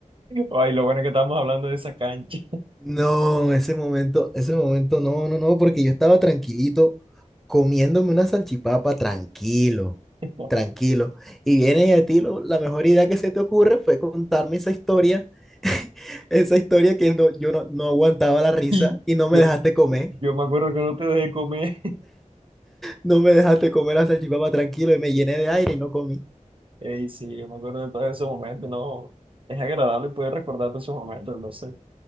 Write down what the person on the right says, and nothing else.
Ay, lo bueno es que estamos hablando de esa cancha.
<laughs>
Y
yo,
yo me acuerdo que no te dejé comer.
<laughs> Ey, sí, yo me acuerdo de todos esos momentos, no. Es agradable poder recordar todos esos momentos, no sé.